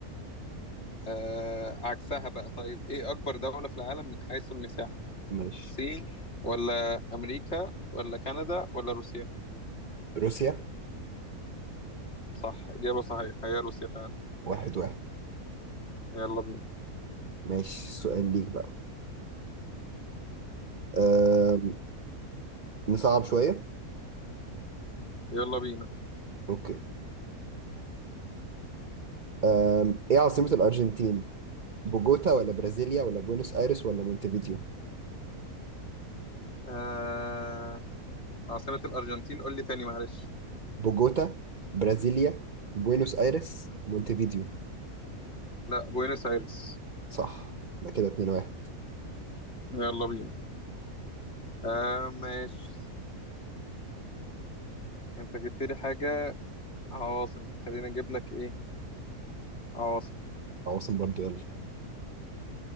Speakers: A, on the left; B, on the right.
A: آه عكسها بقى طيب ايه اكبر دولة في العالم من حيث المساحة
B: ماشي
A: الصين ولا امريكا ولا كندا ولا روسيا
B: روسيا
A: صح إجابة صحيحة هي روسيا فعلا
B: واحد واحد
A: يلا بينا
B: ماشي سؤال ليك بقى أم... نصعب شوية
A: يلا بينا
B: أوكي أم... إيه عاصمة الأرجنتين بوجوتا ولا برازيليا ولا بوينوس آيرس ولا مونتفيديو
A: آه... عاصمة الأرجنتين قول لي تاني معلش
B: بوجوتا برازيليا بوينوس آيرس مونتفيديو
A: لا بوينس آيرس
B: صح ده كده اتنين واحد
A: يلا بينا آه ماشي أنت جبت لي حاجة عواصم فخليني أجيب لك إيه عواصم
B: عواصم برضو يلا